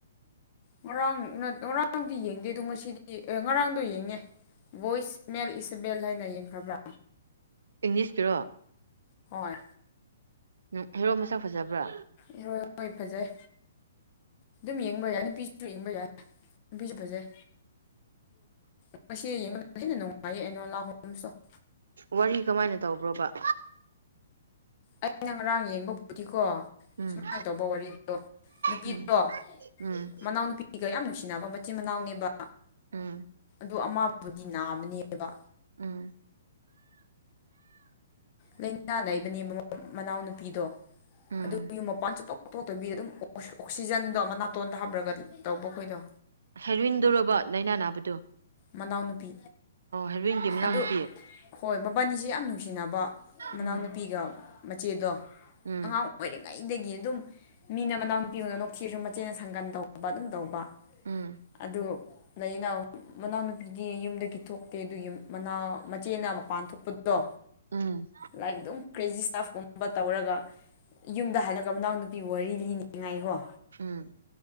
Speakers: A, on the left; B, on the right.
A: ꯉꯔꯥꯡ ꯉꯔꯥꯡꯗꯤ ꯌꯦꯡꯗꯦꯗꯣ ꯉꯁꯤꯗꯤ ꯉꯔꯥꯡꯗꯣ ꯌꯦꯡꯉꯦ ꯚꯣꯏꯁꯃꯦꯜ ꯏꯁꯕꯦꯜ ꯍꯥꯏꯅ ꯌꯦꯡꯈꯕ꯭ꯔꯥ
B: ꯏꯪꯂꯤꯁꯇꯤꯔꯣ
A: ꯍꯣꯏ
B: ꯎꯝ ꯍꯦꯔꯣ ꯃꯁꯛ ꯐꯖꯕ꯭ꯔꯥ
A: ꯍꯦꯔꯣ ꯍꯣꯏ ꯐꯖꯩ ꯑꯗꯨꯝ ꯌꯦꯡꯕ ꯌꯥꯏ ꯅꯨꯄꯤꯁꯨ ꯌꯦꯡꯕ ꯌꯥꯏ ꯅꯨꯄꯤꯁꯨ ꯐꯖꯩ ꯉ ꯌꯦꯡꯕ ꯃꯇꯝꯗ ꯍꯦꯟꯅ ꯅꯨꯡꯉꯥꯏꯌꯦ ꯑꯩꯅꯣ ꯂꯥꯍꯣꯡꯁꯨ <inaudible>
B: ꯋꯥꯔꯤ ꯀꯃꯥꯏꯅ ꯇꯧꯕ꯭ꯔꯣꯕ
A: ꯑꯩꯅ ꯉꯔꯥꯡ ꯌꯦꯡꯕꯕꯨꯗꯤꯀꯣ
B: ꯎꯝ
A: ꯁꯨꯃꯥꯏꯅ ꯇꯧꯕ ꯋꯥꯔꯤꯗꯣ ꯅꯨꯄꯤꯗꯣ
B: ꯎꯝ ꯎꯝ
A: ꯃꯅꯥꯎꯅꯨꯄꯤ ꯁꯤꯒ ꯌꯥꯝ ꯅꯨꯡꯁꯤꯅꯕ ꯃꯆꯤꯟ ꯃꯅꯥꯎꯅꯦꯕ
B: ꯎꯝ
A: ꯑꯗꯨ ꯑꯃꯕꯨꯗꯤ ꯅꯥꯕꯅꯦꯕ
B: ꯎꯝ
A: ꯂꯥꯏꯅꯥ ꯂꯩꯕꯅꯦ ꯃꯅꯥꯎꯅꯨꯄꯤꯗꯣ
B: ꯎꯝ
A: ꯑꯗꯨ ꯌꯨꯝ ꯃꯄꯥꯟꯁꯨ ꯇꯣꯛ ꯇꯊꯣꯛꯇꯕꯤ ꯑꯗꯨꯝ ꯑꯣꯛꯁꯤꯖꯟꯗꯣ ꯑꯃ ꯅꯥꯇꯣꯟꯗ ꯍꯥꯞꯄ꯭ꯔꯒ ꯇꯧꯕ ꯈꯣꯏꯗꯣ
B: ꯍꯦꯔꯨꯏꯟꯗꯧꯔꯕ ꯂꯥꯏꯅ ꯅꯥꯕ
A: ꯃꯅꯥꯎꯅꯨꯄꯤ
B: ꯍꯦꯔꯣꯏꯟꯒꯤ ꯃꯅꯥꯎꯅꯨꯄꯤ
A: ꯑꯗꯨ ꯍꯣꯏ ꯃꯕꯥꯅꯤꯁꯦ ꯌꯥꯝ ꯅꯨꯡꯁꯤꯅꯕ ꯃꯅꯥꯎꯅꯨꯄꯤꯒ
B: ꯎꯝ
A: ꯃꯆꯦꯗꯣ
B: ꯎꯝ
A: ꯑꯉꯥꯡ ꯑꯣꯏꯔꯤꯉꯩꯗꯒꯤ ꯑꯗꯨꯝ ꯃꯤꯅ ꯃꯅꯥꯎꯅꯨꯄꯤ ꯑꯣꯏꯅ ꯅꯣꯛꯊꯤꯔꯁꯨ ꯃꯆꯦꯅ ꯁꯪꯒꯟ ꯇꯧꯕ ꯑꯗꯨꯝ ꯇꯧꯕ
B: ꯎꯝ
A: ꯑꯗꯨ ꯗ ꯑꯩꯅ ꯃꯅꯥꯎꯅꯨꯄꯤꯗꯤ ꯌꯨꯝꯗꯒꯤ ꯊꯣꯛꯇꯦ ꯑꯗꯨ ꯌ ꯃꯅꯥ ꯃꯆꯦꯅ ꯃꯄꯥꯟ ꯊꯣꯛꯄꯗꯣ
B: ꯎꯝ
A: ꯂꯥꯏꯛ ꯑꯗꯨꯝ ꯀ꯭ꯔꯦꯖꯤ ꯏꯁꯇꯥꯞꯀꯨꯝꯕ ꯇꯧꯔꯒ ꯌꯨꯝꯗ ꯍꯜꯂꯒ ꯃꯅꯥꯎ ꯅꯨꯄꯤꯕꯨ ꯋꯥꯔꯤ ꯂꯤꯅꯤꯡꯉꯥꯏꯀꯣ
B: ꯎꯝ